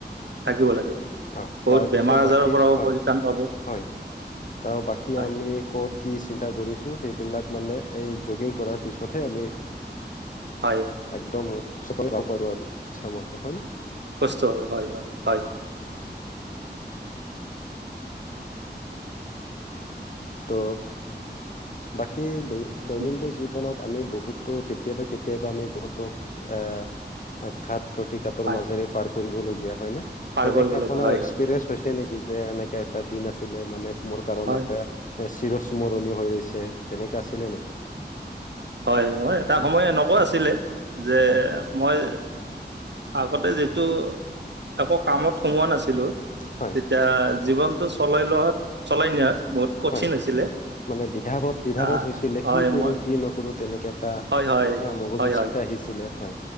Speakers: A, on the right; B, on the left.
A: থাকিব লাগে।
B: অ
A: বহুত
B: তাৰপিছত
A: বেমাৰ আজাৰৰ
B: বাকী
A: পৰাও
B: হয়
A: পৰিত্ৰাণ পাব।
B: হয় তাৰ বাকী
A: হয়।
B: আমি কত কি চিন্তা কৰিছো সেইবিলাক মানে এই জগিং কৰাৰ পিছতহে আমি
A: হয়,
B: একদম চবাই যাব পাৰো আৰু ইচ্ছা মত হয় ন
A: কষ্ট হয়। হয় হয় হয়।
B: তো বাকী দৈনন্দিন
A: উম,
B: জীৱনত আমি বহুতো কেতিয়াবা কেতিয়াবা আমি বহুতো এ ঘাট প্ৰতিঘাতৰ
A: হয়,
B: মাজেৰে পাৰ কৰিবলগীয়া হয় ন
A: পাৰ
B: তেনেকে
A: কৰিব
B: আপোনাৰ
A: লগা হয়,
B: এক্সপিৰিয়েন্ঞ্চ
A: হয়,
B: হৈছে নে? যে এনেকে এটা দিন আছিলে মানে মোৰ কাৰণ
A: হয়,
B: এটা চিৰস্মৰণীয় হৈ ৰৈছে তেনেকা আছিলে নেকি?
A: হয় মোৰ এটা সময় এনেকুৱা আছিলে যে
B: হয়
A: মই আগতে যিটো আকৌ কামত সোমোৱা নাছিলো।
B: হয়
A: তেতিয়া জীৱনতটো চলাই লোৱাত চলাই নিয়াত বহুত কঠিন
B: হয়
A: হৈছিলে।
B: মানে দিধাৱত দিধাৱত
A: আহ,
B: হৈছিলে
A: হয়,
B: কি কৰো
A: মই
B: কি নকৰো তেনেকে এটা
A: হয়, হয়,
B: অ মগজুত
A: হয়, হয়,
B: চিন্তা আহিছিলে হয়